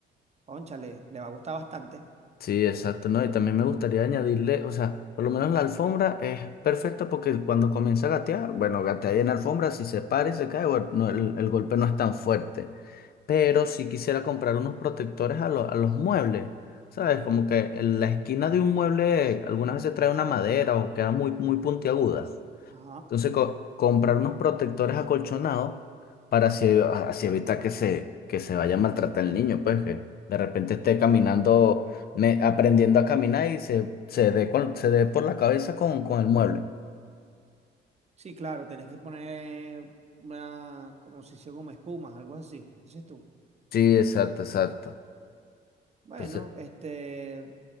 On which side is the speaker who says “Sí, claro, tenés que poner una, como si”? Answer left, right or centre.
Right